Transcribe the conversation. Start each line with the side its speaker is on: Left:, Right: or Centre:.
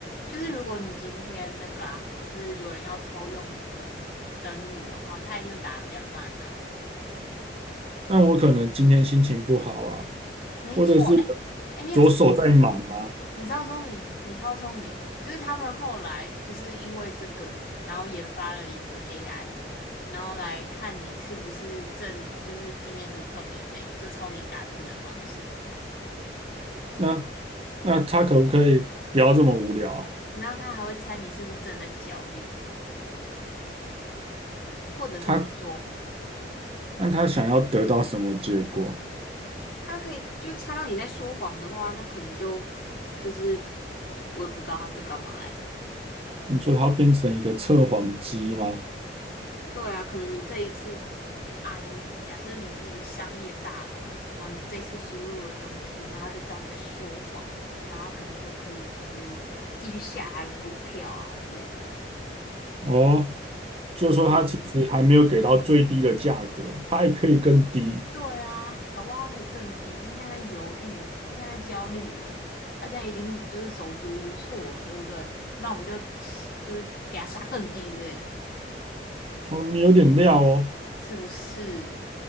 Left: 就是如果你今天那个啊，就是有人要偷用你的登录的话，他一定会打的比较慢呐。
Right: 那我可能今天心情不好啊，
Left: 没错，
Right: 或者是我
Left: 哎哎，你很聪明，
Right: 左手在忙啊，
Left: 你超聪明，你超聪明。就是他们后来就是因为这个，然后研发了一个 AI。然后来看你是不是正，就是今天是不是特别累，就从你打字的方式。
Right: 那那他可不可以不要这么无聊啊？
Left: 然后他还会猜你是不是正在焦虑，或者是你在说谎。
Right: 他那他想要得到什么结果？
Left: 他可以就猜到你在说谎的话，他可能就就是我也不知道他可以干嘛哎。
Right: 你说他变成一个测谎机吗？
Left: 对啊，可能你这一次啊，你假设你是一个商业大佬，然后你这次输入了东西，然后他就知道你在说谎，然后可能就可以就是继续下他的股票啊之类的，
Right: 哦，就说他其实还没有给到最低的价格，
Left: 是不是？
Right: 他还可以更低。
Left: 对啊，搞不好他可以更低。他现在在犹豫，他现在在焦虑了，他现在已定就是手足无措了，对不对？那我们就就是给他杀更低之类的，
Right: 哦，你有点料哦，
Left: 是不是？